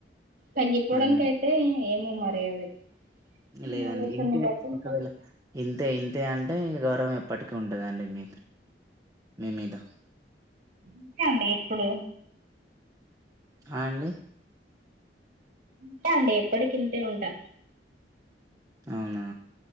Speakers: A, on the right; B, on the right.
A: తగ్గిపోవడానికి
B: అన్
A: అయితే ఏమో మరి అది మీ
B: లేదండి
A: ఆలోచనని
B: ఇంతే
A: బట్టి ఉంటది
B: ఒకవేళ ఇంతే ఇ అ అంటే గౌరవం ఎప్పటికి ఉంటదండి మీ మీద.
A: ఇంతే అండి ఎప్పుడు
B: అ అండి
A: ఇంతే అండి ఎప్పటి కింతే ఉంటా
B: అవునా